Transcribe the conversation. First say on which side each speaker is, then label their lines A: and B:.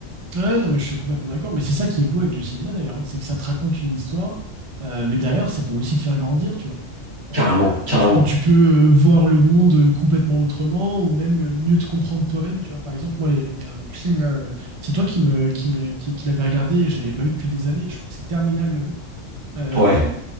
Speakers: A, on the right; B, on the right.
A: Ouais, non, mais je suis complètement d'accord. Mais c'est ça qui est beau avec le cinéma d'ailleurs. hein. C'est que ça te raconte une histoire, euh, mais derrière, ça peut aussi te faire grandir, tu vois. Euh,
B: Carrément, carrément.
A: tu peux, tu peux euh, voir le monde euh, complètement autrement ou même euh, mieux te comprendre toi-même. Tu vois, par exemple, moi, il y, a- il y a un film là, euh, c'est toi qui me, qui me, qui, qui l'avais regardé et je l'avais pas vu depuis des années. Je crois que c'est Terminal le nom. Euh,
B: Ouais,